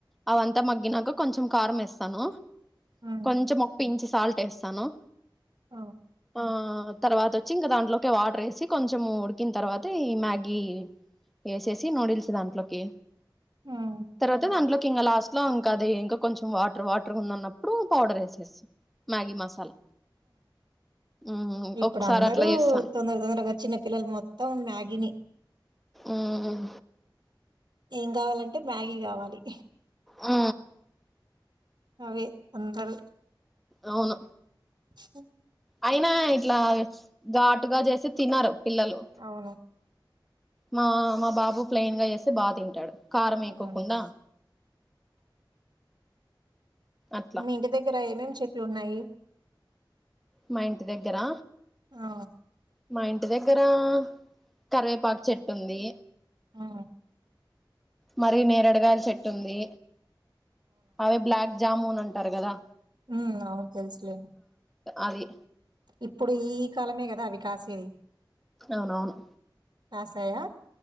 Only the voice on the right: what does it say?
హ్మ్.
అ
హ్మ్.
ఇప్పుడు
అందరూ
తొందర తొందరగా చిన్న పిల్లలు మొత్తం మ్యాగీని
ఏం కావాలంటే మ్యాగీ కావాలి.
అవే అందరూ
హ
అవును.
హ్మ్.
మీ ఇంటి దగ్గర ఏమేమి చెట్లు ఉన్నాయి.
ఆ!
ఆ
ఉమ్ అవును తెలుసులే
ఇప్పుడు ఈ కాలమే కదా అవి కాసేది.
కాసాయా?